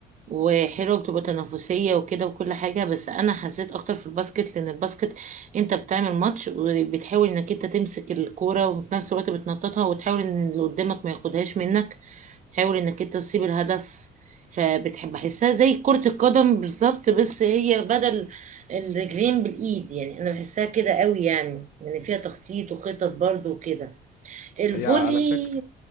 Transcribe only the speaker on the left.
هي على فكرة